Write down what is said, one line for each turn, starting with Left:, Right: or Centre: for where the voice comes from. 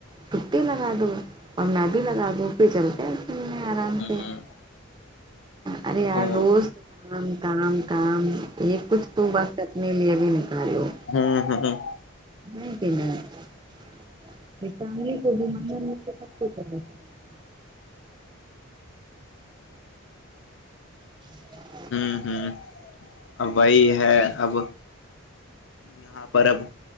Right: چھٹی لگا دو اور میں بھی لگا دوں پھر چل کے آرام
Left: ہ
Right: سے ارے یار
Left: تو
Right: روز آرام کام کام یہ کچھ تو بس اپنے لیے بھی نکالو
Left: ہوں
Right: نہیں کہنا فیملی کو بھی ممی م کو سب کو کیا کر لینا <inaudible>
Left: ہوں ہ وہی ہے اب یہاں پر اب